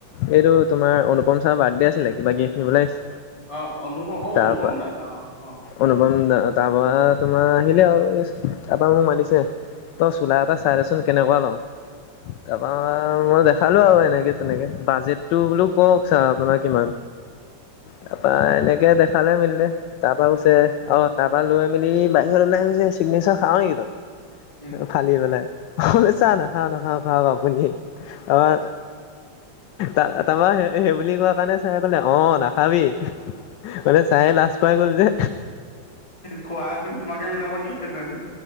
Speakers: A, on the left (about 75°); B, on the left (about 15°).
A: এইটো তোমাৰ অনুপম ছাৰ বাৰ্থডে আছিলে। কিবা <unintelligible>
B: অ', অনুপম অ',
A: তাৰপা
B: অনুপম দা অ', অ'।
A: অনুপম তাৰপৰা তোমাৰ আহিলে আৰু, তাৰপৰা মোক মাতিছে। তই চোলা এটা চাই দেচোন। কেনেকোৱা লওঁ? তাৰাপা আৰু মই দেখ খালোঁ আৰু এনেকে তেনেকে। বাজেটটো বোলো কওঁক ছাৰ আপোনাৰ কিমান। তাৰপা এনেক তে, দেখালে মেলিলে, তাৰপা গুচছে অ', তাৰপা লৈ মেলি বাহিৰত ওলাই গৈছে, চিগনেচাৰ খাৱ নেকি তই।
B: <inaudible>
A: ফালি পেলাই, চাৰ নাখাওঁ, নাখাওঁ, খাওঁক আপুনি। আমাৰ তা তাৰপা সেই বুলি কোৱা কাৰণে চাৰে ক'লে অ', নাখাবি। মানে, চাৰে লাজ পাই গ'ল। যে
B: খোৱা হেঁতেন তোমাকে মিলাব দিলে হেঁতেন।